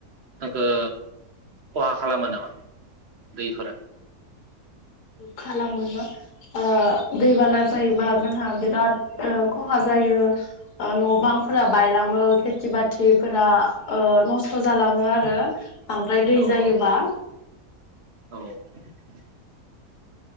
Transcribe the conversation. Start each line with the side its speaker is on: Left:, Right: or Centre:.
Right: जोंखो खहा खालामो नामा दैफोरा?
Left: खालामो ओ दैबाना जायोबा जोंहा बिराद ओ खहा जा जायो ओ न' बांफोरा बायलाङो खेथि बाथिफोरा ओ नसथ जालाङो। बाङो आरो बांद्राय दै
Right: औ
Left: जायोबा।
Right: औ <inaudible>